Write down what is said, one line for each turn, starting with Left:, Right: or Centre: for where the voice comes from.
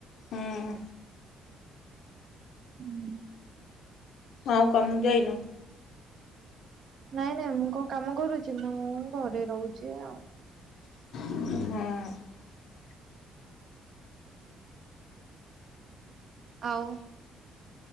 Left: ହୁଁ
Right: ହୁଁ।
Left: ଆଉ କାମକୁ ଯାଇନ।
Right: ନାଇଁ ନାଇଁ ମୁଁ କଣ କାମ କରୁଛି ମୁଁ ଘରେ ରହୁଛି ଆଉ।
Left: ହୁଁ।
Right: ଆଉ।